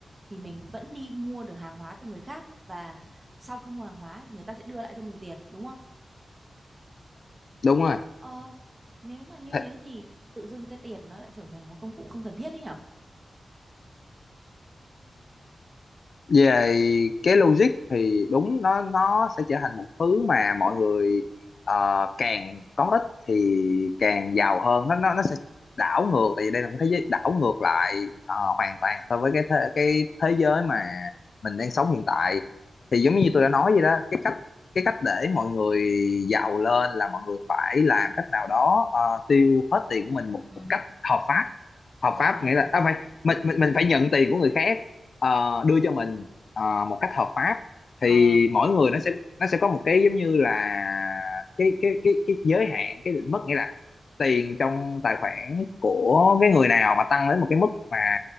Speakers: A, on the right; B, on the left.
A: thì mình vẫn đi mua được hàng hóa từ người khác và sau khi mua hàng hóa thì người ta sẽ đưa lại cho mình tiền đúng không
B: đúng rồi
A: ờ nếu mà như
B: Thế,
A: thế thì tự dưng cái tiền nó lại trở thành một công cụ không cần thiết đấy nhở
B: về cái logic thì đúng nó nó sẽ trở thành một thứ mà mọi người ờ, càng có ít thì càng giàu hơn nó nó nó sẽ đảo ngược tại vì đây là một thế giới đảo ngược lại ờ, hoàn toàn so với cái thế, cái thế giới mà mình đang sống hiện tại thì giống
A: thế
B: như
A: thì
B: tôi đã nói vậy đó cái cách cái cách để mọi người giàu lên là mọi người phải làm cách nào đó ờ, tiêu hết tiền của mình một
A: ừ,
B: cách hợp pháp hợp
A: rồi
B: pháp
A: hiểu
B: nghĩa là à,
A: hiểu
B: phải mình mình mình phải nhận tiền của người khác ờ, đưa cho mình ờ, một cách hợp pháp thì
A: ờ
B: mỗi người nó sẽ nó sẽ có một cái giống như là cái cái cái cái giới hạn cái định mức nghĩa là tiền trong tài khoản của cái người nào mà tăng đến một cái mức mà